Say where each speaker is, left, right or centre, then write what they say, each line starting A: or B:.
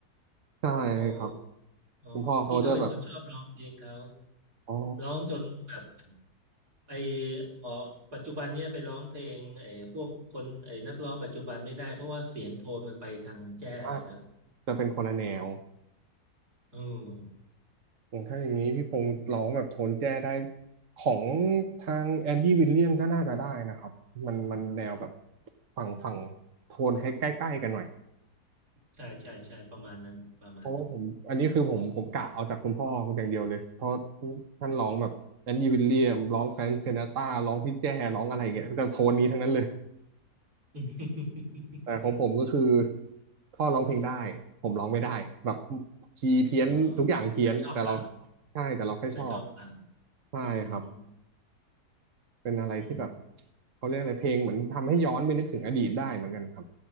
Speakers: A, on the right (about 55°); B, on the right (about 75°).
A: <laughs> ใช่ครับ
B: โอ้ อ๋อพี่ก็เป็นคนชอบร้องเพลงเขา
A: คุณพ่อเขาจะแบบอ๋อ
B: ร้องจนแบบไปออกปัจจุบันเนี่ยไปร้องเพลงไอ้พวกคนไอ้นักร้องปัจจุบันไม่ได้เพราะว่าเสียงโทนมันไปทางแจ้ไปแล้ว
A: อ่ะจะเป็นคนละแนว
B: อืม
A: อย่างถ้าอย่างนี้พี่พงษ์ร้องแบบโทนแจ้ได้ของทางแอนดี้วิลเลียมก็น่าจะได้นะครับมันมันแนวแบบฝั่งฝั่งโทนใกล้ๆกันหน่อย
B: ใช่ใช่ใช่ประมาณนั้น <laughs> ประมาณนั้น
A: เพราะว่าผมอันนี้คือผมผมกะเอาจากคุณพ่ออย่างเดียวเลยเพราะท่านร้องแบบแอนดี้วิลเลียมร้องแฟรงค์ซินาตราร้องพี่แจ้ร้องอะไรอย่างเงี้ยแต่โทนนี้ทั้งนั้นเลย
B: <laughs>
A: แต่ของผมก็คือพ่อร้องเพลงได้ผมร้องไม่ได้แบบคีย์เพี้ยนทุกอย่างเพี้ยนแต่เรา
B: เออแต่ชอบฟัง
A: ใช่แต่เราแค่ชอบ
B: แต่ชอบฟัง
A: ใช่ครับ
B: อืมอืม
A: เป็นอะไรที่แบบ
B: อืม
A: เขาเรียกอะไรเพลงเหมือนทำให้ย้อนไปนึกถึงอดีตได้เหมือนกันครับ